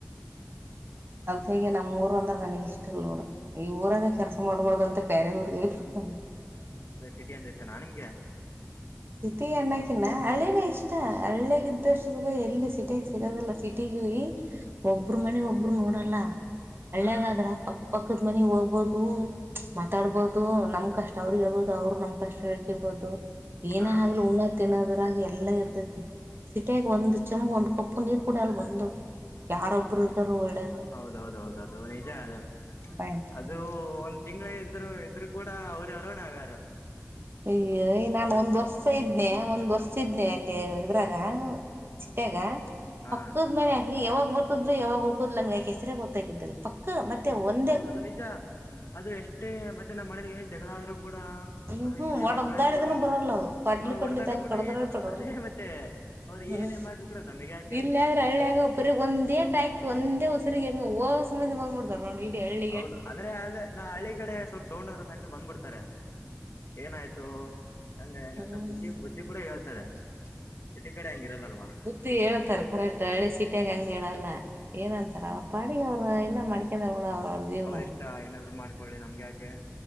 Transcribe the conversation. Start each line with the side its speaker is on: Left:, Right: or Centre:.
Right: ಅದಕ್ಕಾಗೆ ನಮ್ಮ ಊರು ಅಂದ್ರ ನನಗ ಇಷ್ಟ ಇಲ್ಲ ನೋಡ. ಈ ಊರಾಗ ಕೆಲಸ ಮಾಡ್ಬಾರ್ದಂತ ಬೇರೆ ಊರಿಗೆ ಶಿಫ್ಟ್ಗೇನ್.
Left: ಅದೇ ಸಿಟಿ ಅಂದ್ರ ಇಷ್ಟ ನಾ ನಿಮ್ಗೆ.
Right: ಸಿಟಿ ಅನ್ನೋಕಿನ ಹಳ್ಳನೇ ಇಷ್ಟ ಹಳ್ಳಿಗ ಇದ್ದಷ್ಟಗೂ ಎಲ್ಲಿ ಸಿಟಿ ಸಿಗದಿಲ್ಲ ಸಿಟಿಗೆ ಹೋಗಿ - ಒಬ್ರು ಮನಿ ಒಬ್ರು ನೋಡಲ್ಲ ಹಳ್ಲ್ಯಾಗ
Left: ಹಾ
Right: ಆದ್ರ ಪಕ - ಪಕ್ಕದ ಮನೆಗೆ ಹೋಗ್ಬೋದು. ಮಾತಾಡ್ಬಹದು ನಮ್ ಕಷ್ಟ ಅವ್ರರಿಗೆ ಹೇಳ್ಬಹದು ಅವರು ನಮ್ ಕಷ್ಟ ಹೇಳ್ಕೆಬೋದು ಏನೇ
Left: ಹಾ
Right: ಆಗ್ಲಿ ಉಣ್ಣದ - ತಿನ್ನೋದ್ರಾಗ ಎಲ್ಲಾ ಇರ್ತೈತಿ ಸಿಟಿಯಾಗ ಒಂದ ಚಂಬು ಒಂದ್ ಕಪ್ಪು ನೀರ್ ಕುಡಿಯಲ್ಲ ಬಂದು. ಯಾರೊಬ್ರು ಇರ್ತಾರೋ ಒಳ್ಳೇದು.
Left: ಹೌದೌದೌದ ಅದು ನಿಜ ಅದು ಅದು-
Right: ಯಪ್ಪ
Left: ಅದು ಒಂದ್ ತಿಂಗಳು ಇದ್ರು ಇದ್ರು ಕೂಡ ಅವರು ಯಾರೋ ನಾವ್ಯಾರೋ.
Right: ಅಯ್ಯಯ್ಯ ನಾನ ಒಂದು ವರ್ಷ - ಸ ಇದ್ನೇ ಒಂದ್ ವರ್ಷ ಇದ್ನೆ ಅಲ್ಲಿ ಇದ್ರಾಗ ಚೀಟಾಗ.
Left: ಹಾ
Right: ಪಕ್ಕದ ಮನೆ ಅಕಿ ಯಾವಾಗ ಬರ್ತಿದ್ಲು ಯಾವಾಗ ಹೊಕ್ಕಿದ್ಲು ನಂಗ ಅಕಿ ಹೆಸ್ರೇ ಗೊತ್ತಾಗಿದ್ದಿಲ್ಲ ಪಕ್ಕ ಮತ್ತೆ ಒಂದ-
Left: ಹೌದು ಅದು ನಿಜ ಅದು ಎಷ್ಟೇ ಮತ್ತೆ ನಮ್ಮ್ ಮನೇಲಿ ಏನ್ ಜಗಳ ಆದ್ರೂ ಕೂಡ-
Right: ಹುಹೂ
Left: ಹೊರ ಏನೇ
Right: ಒಡದ್ದಾಡಿದ್ರ
Left: ಹೊಡೆದಾಡ್ರು ಕೂಡ
Right: ಬರಲ್ಲ ಅವ್ರು ಕೊಡ್ಲಿ ಕೊಡ್ಲಿ
Left: ಹೊಡೆದಾಡ್ರು
Right: ತಗೊಂಡ್
Left: ಕೂಡ
Right: ಕಡದ್ರ
Left: ಏನು
Right: ಬರಲ್ಲ.
Left: ಅದೇ ಮತ್ತೆ ಅವ್ರು
Right: ಹ್ಮ್
Left: ಏನೇ ಮಾಡ್ರು ಕೂಡ ನಮಗ್ ಯಾಕೆ
Right: ಇಲ್ಲ ಆದ್ರೆ ಹಳ್ಳಿಯಾಗ- ಬರ ಒಂದೇ ಟ್ಯಾಗಿ ಒಂದೇಸರಿಗೆ ಹೊಸ್ರು ಮಂದಿ ಬಂದ್ ಬಿಡ್ತಾರೆ. <unintelligible>
Left: ಹೌದು ಆದ್ರೆ ಅಲ್ಲಿ ಹಳ್ಳಿ ಕಡೆ ಸ್ವಲ್ಪ- ಸೌಂಡ್ ಆದ್ರೆ ಸಾಕ್ರಿ ಬಂದ್ಬಿಡ್ತಾರೆ ಏನಾಯ್ತು. ಹಂಗ ಹೆಂಗಂತ
Right: ಹ್ಮ್
Left: ಬುದ್ಧಿ ಬುದ್ಧಿ ಕೂಡ ಹೇಳ್ತಾರೆ ಸಿಟಿ ಕಡೆ ಹಂಗ ಇರಲ್ಲ ಅಲ್ವಾ.
Right: ಬುದ್ಧಿ ಹೇಳತಾರ ಕರೆಕ್ಟ್ ಅಳಿ ಸಿಟಿಯಾಗ ಹಂಗ ಹೇಳಲ್ಲ ಏನಂತಾರ ಅವರು ಪಾಡಿಗೆ ಅವರು ಇನ್ನ ಮಾಡಕೆಂಡ - ಏನರ ಬಿಡ ಅವ್ರ ಅವ್ರ ಜೀವನ.
Left: ಇಷ್ಟ ಏನಾದ್ರು ಮಾಡ್ಕೊಳ್ಳಿ ನಮ್ಗೆ ಯಾಕೆ